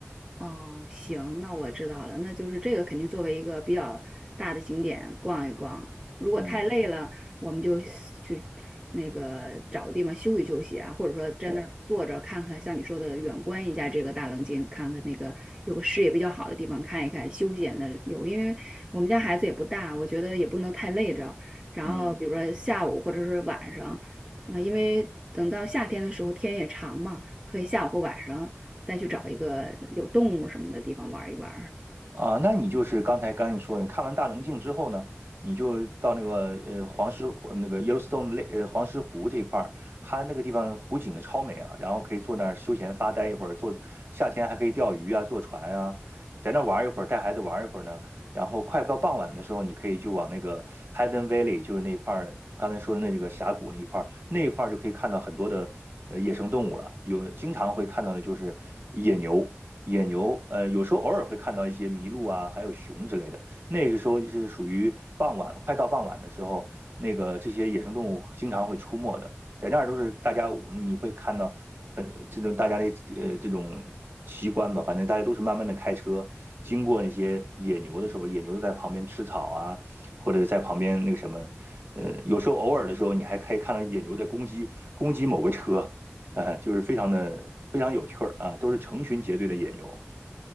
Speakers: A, on the right; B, on the right.
A: 哦，行，那我知道了，那就是这个肯定作为一个比较大的景点逛一逛。如果太累了，
B: 嗯
A: 我们就去那个找个地方休息休息啊，或者说在那儿坐着看看，
B: 对，
A: 像你说的远观一下这个大棱镜，看看那个有个视野比较好的地方看一看，休闲的有。因为我们家孩子也不大，我觉得也不能太累着。然后比如说下午或者是晚上，
B: 嗯。
A: 嗯、因为等到夏天的时候天也长嘛，可以下午或晚上。再去找一个有动物什么的地方玩一玩
B: 啊，那你就是刚才刚你说的，你看完大棱镜之后呢，你就到那个呃黄石湖那个 Yellowstone 类呃黄石湖这一块儿，它那个地方湖景超美啊，然后可以坐那儿休闲发呆一会儿，坐夏天还可以钓鱼啊，坐船啊，在那儿玩儿一会儿，带孩子玩儿一会儿呢。然后快到傍晚的时候，你可以就往那个 Hidden Valley，就是那块儿刚才说的那几个峡谷那一块儿，那一块儿就可以看到很多的呃野生动物了，有经常会看到的就是野牛。野牛，呃，有时候偶尔会看到一些麋鹿啊，还有熊之类的。那个时候就是属于傍晚，快到傍晚的时候，那个这些野生动物经常会出没的，在那儿都是大家你会看到很这种大家的呃这种奇观吧，反正大家都是慢慢的开车经过那些野牛的时候，野牛就在旁边吃草啊，或者在旁边那个什么，呃，有时候偶尔的时候，你还可以看到野牛在攻击攻击某个车，啊，就是非常的非常有趣儿啊，都是成群结队的野牛。